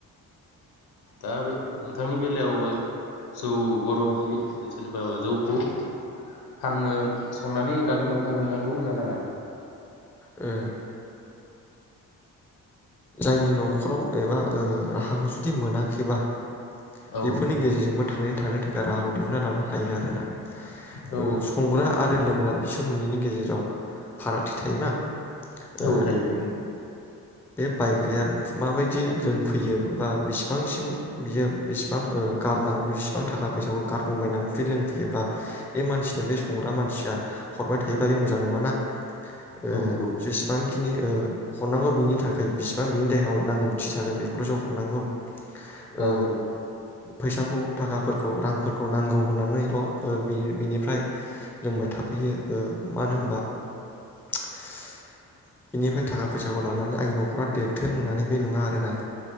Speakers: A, on the left; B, in the centre.
A: दा बे नोंथांनि बेलायाव ओ जौ बर' हारि जेनेबा जौखौ फाननो संनानै गामियाव फाननो नांगौ होनना नाङा
B: ओ जायनि न'खराव
A: नोंथां
B: एबा ओ राहाखौ जुदि मोनाखैबा
A: औ
B: बेफोरनि गेजेरजोंबो थांनानै थांनो थाखाय राहाखौ दिहुनना लानो हायो आरो योना
A: औ
B: ओ संग्रा आरो लोंग्रा बिसोर बे मोनैनि गेजेराव फारागथि थायोना
A: औ
B: ओ
A: थायो
B: बे बायग्राया माबायदि लोंफैयो बा बिसिबांसिम बियो बेसेबां ओ गारनांगौ बिसिबां थाखा फैसाखौ गारग्लुंबायनानै जुदि लोंफैयोब्ला बे मानसिनो बे संग्रा मानसिया हरबाय थायोबा बे मोजां नङाना ओ
A: औ नंगौ
B: जेसेबां खिनि ओ हरनांगौ बिनि थाख खै बिसिबां बिनि देहायाव नांगौथि जागोन बेखौल'सो हरनांगौ। ओ
A: औ औ
B: फैसाखौ थाखाफोरखौ रांफोरखौ नांगौ होननानैल' ओ बिनि बिनिफ्राय लोंबाय थाफैयो ओ मानो होनबा <unintelligible> बेनिफ्राय थाखा फैसाखौ लानानै आंनि न' नख'रा देरथों होननानै बे नङा आरोना